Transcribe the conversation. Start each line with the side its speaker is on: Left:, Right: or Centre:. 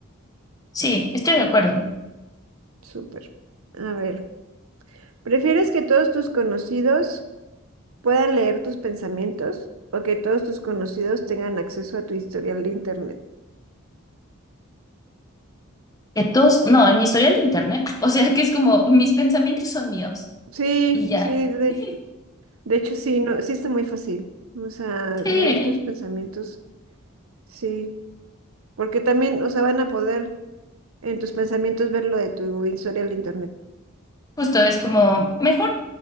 Left: Sí, estoy de acuerdo.
Right: súper. A ver, ¿prefieres que todos tus conocidos... puedan leer tus pensamientos o que todos tus conocidos tengan acceso a tu historial de internet.
Left: Que todos, no, en mi historial de internet. <laughs> O sea, que es como, mis pensamientos son míos
Right: Sí,
Left: y ya.
Right: sí, de,
Left: <laughs>
Right: de hecho sí, no, sí está muy fácil. O sea,
Left: Sí,
Right: leer tus pensamientos, sí, porque también, o sea, van a poder en tus pensamientos ver lo de tu historial de internet.
Left: justo es como, mejor